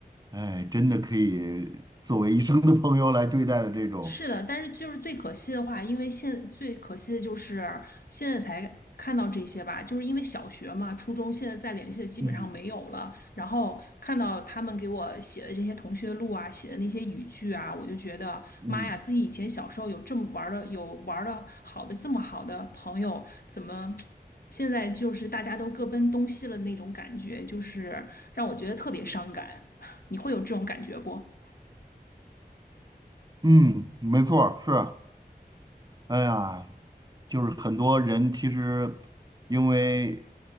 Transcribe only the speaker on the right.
哎，真的可以作为一生的朋友来对待的这种。
嗯，
嗯
嗯，没错儿，是，哎呀，就是很多人其实因为